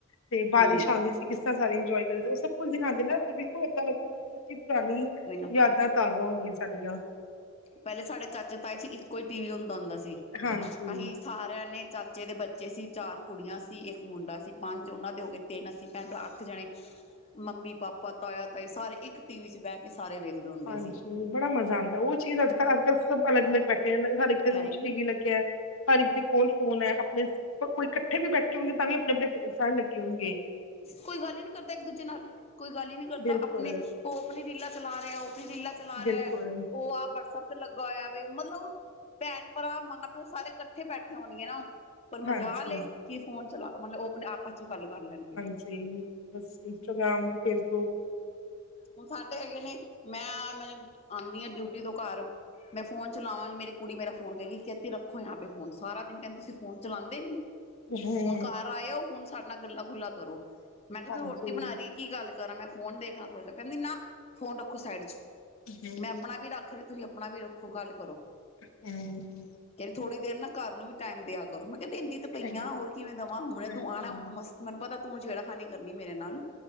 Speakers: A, on the left; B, on the left.
A: ਤੇ ਬਾਰਿਸ਼
B: ਹੂੰ
A: ਆਂਦੀ ਸੀ ਕੀ ਸ ਤਰਾ ਸਾਰੇ ਇੰਜੋਏ ਕਰਦੇ ਉਹ ਸਭ ਕੁਛ ਦਿਖਾਦੇ ਨਾ ਬਿਲਕੁਲ ਏਦਾ ਲਗਦਾ <unintelligible>
B: ਕੋਈ ਨਾ
A: <inaudible> ਯਾਦਾਂ ਤਾਜ਼ਾ ਹੋ ਗਈਆਂ ਸਾਡੀਆਂ।
B: ਪਹਿਲੇ ਸਾਡੇ ਚਾਚੇ ਤਾਏ ਸੀ, ਇੱਕੋ ਹੀ ਟੀਵੀ ਹੁੰਦਾ-ਹੁੰਦਾ ਸੀ
A: ਹਾਂਜੀ
B: ਅਸੀਂ ਸਾਰਿਆਂ ਨੇ। ਚਾਚੇ ਦੇ ਬੱਚੇ ਸੀ, ਚਾਰ ਕੁੜੀਆਂ ਸੀ, ਇੱਕ ਮੁੰਡਾ ਸੀ, ਪੰਜ ਉਹਨਾਂ ਦੇ ਹੋ ਗਏ ਤਿੰਨ ਅਸੀਂ ਭੈਣ ਭਰਾ ਅੱਠ ਜਣੇ ਮੰਮੀ, ਪਾਪਾ, ਤਾਇਆ, ਤਾਯੀ ਸਾਰੇ ਇੱਕ ਟੀਵੀ ਚ ਬਹਿ ਕੇ ਸਾਰੇ ਵੇਖਦੇ ਹੁੰਦੇ
A: ਹਾਂਜੀ,
B: ਸੀ
A: ਬੜਾ ਮਜ਼ਾ ਆਉਂਦਾ ਉਹ ਚੀਜ਼ ਅੱਜ ਅੱਜਕਲ੍ਹ ਸਭ ਅਲੱਗ-ਅਲੱਗ ਬੈਠੇ ਹੈ, ਹਰ ਇਕ ਦੇ ਰੂਮ
B: ਹੈ ਹੀ
A: ਚ
B: ਹਮ
A: ਟੀਵੀ ਲੱਗਿਆ ਹੈ। ਹਰ ਇੱਕ ਦੇ ਕੋਲ ਫੋਨ ਹੈ। ਆਪਣੇ ਕੋਈ ਇਕੱਠੇ ਵੀ ਬੈਠੇ ਹੋਣਗੇ ਤਾਂ ਵੀ ਆਪਣੇ-ਆਪਣੇ ਫੋਨ <inaudible> ਲੱਗੇ ਹੋਣਗੇ।
B: ਕੋਈ ਗੱਲ ਹੀ ਨੀ ਕਰਦਾ ਇੱਕ ਦੂਜੇ ਨਾਲ ਕੋਈ ਗੱਲ ਹੀ ਨੀ ਕਰਦਾ
A: ਬਿਲਕੁਲ
B: ਆਪਣੇ, ਉਹ ਆਪਣੀ ਰੀਲਾ ਚਲਾ ਰਿਹਾ ਉਹ ਰੀਲਾ ਚਲਾ
A: ਬਿਲਕੁਲ
B: ਰਿਹਾ ਹੈ ਉਹ ਆਪ ਵਟਸਐਪ ਲੱਗਾ ਹੋਇਆ ਵੇ ਮਤਲਬ ਭੈਣ-ਭਰਾ ਮਾਂ-ਪਿਓ ਸਾਰੇ ਇਕੱਠੇ ਬੈਠੇ ਹੋਣਗੇ ਨਾ। ਪਰ ਮਜਲ
A: ਹਾਂਜੀ,
B: ਹੈ ਕਿ ਇਹ ਫੋਨ ਚਲਾ, ਮਤਲਬ ਉਹ ਆਪਣੇ ਆਪਸ ਚ ਗੱਲ ਕਰ ਲੈਣਗੇ।
A: ਸੇਮ, ਬਸ ਇੰਸਟਾਗ੍ਰਾਮ ਫੇਸਬੁਕ।
B: ਹੁਣ ਸਾਡੇ ਹੈਗੇ ਨੇ ਮੈਂ, ਮੈਂ ਆਉਂਦੀ ਹਾ ਡਿਊਟੀ ਤੋਂ ਘਰ ਮੈਂ ਫੋਨ ਚਲਾਵਾਂਗੀ ਮੇਰੀ ਕੁੜੀ ਮੇਰਾ ਫੋਨ ਕਹੈਗੀ ਕਹਤੀ ਰੱਖੋ ਯਹਾ ਪੇ ਫੋਨ ਸਾਰਾ ਦਿਨ ਕੇਂਦੀ ਤੁਸੀ ਫੋਨ ਚਲਾਉਂਦੇ ਨੀ?
A: ਹੂੰ
B: ਹੁਣ ਘਰ ਆਏ ਹੋ ਹੁਣ ਸਾਡੇ ਨਾਲ ਗੱਲਾਂ ਗੁੱਲਾ ਕਰੋ ਮੈਂ ਕਿਹਾ
A: ਹਾਂਜੀ।
B: ਤੂੰ ਰੋਟੀ ਬਣਾ ਰਹੀ ਕੀ ਗੱਲ <inaudible> ਮੈਂ ਫੋਨ ਦੇਖਲਾ ਥੋੜ੍ਹਾ ਜਿਹਾ, ਕਹਿੰਦੀ ਨਾ! ਫੋਨ ਰੱਖੋ ਸਾਈਡ ਚ
A: ਹਾਂਜੀ
B: ਮੈਂ ਆਪਣਾ ਵੀ ਰੱਖ ਰਹੀ, ਤੁਸੀਂ ਆਪਣਾ ਵੀ ਰੱਖੋ ਗੱਲ ਕਰੋ
A: ਹੂੰ
B: ਕਹਿੰਦੀ ਥੋੜ੍ਹੀ ਦੇਰ ਨਾ ਘਰ ਨੂੰ ਵੀ ਟਾਈਮ ਦਿਆ ਕਰੋ ਮੈਂ ਕਿਹਾ ਕੇਹਂਦੀ ਤੇ ਪਈਆਂ
A: ਹੈ ਹੀ
B: ਹੋਰ ਕਿਵੇਂ ਦਵਾਂ ਹੁਣੇ
A: ਹੂੰ
B: ਤੂੰ ਆਉਣਾ ਹੁਣ ਤੂੰ ਮਸਤ ਮੈਨੂੰ ਪਤਾ ਤੂੰ ਹੁਣ ਛੇੜਾ ਖਾਨੀ ਕਰਨੀ ਮੇਰੇ ਨਾਲ